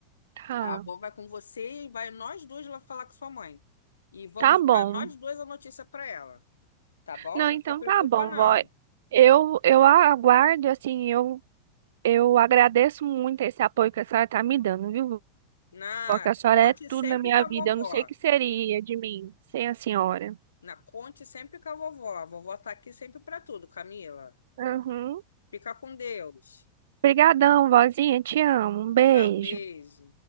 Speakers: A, on the right; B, on the left.
A: tá,
B: a avó vai com você e vai nós dois lá falar com sua mãe. E vamos
A: tá bom.
B: dar nós dois a notícia para ela, tá bom?
A: Não,
B: Não
A: então
B: se preocupa
A: tá bom,
B: não.
A: Vó. Eu, eu aguardo, assim, eu, eu agradeço muito esse apoio que a senhora tá me dando, viu?
B: Na,
A: Porque a senhora
B: conte
A: é tudo
B: sempre
A: na minha
B: com a
A: vida.
B: vovó.
A: Eu não sei o que seria de mim sem a senhora.
B: Na, conte sempre com a vovó. A vovó tá aqui sempre para tudo, Camila.
A: Uhum.
B: Fica com Deus.
A: Obrigadão, vozinha. Te amo. Um beijo.
B: Tchau, beijo.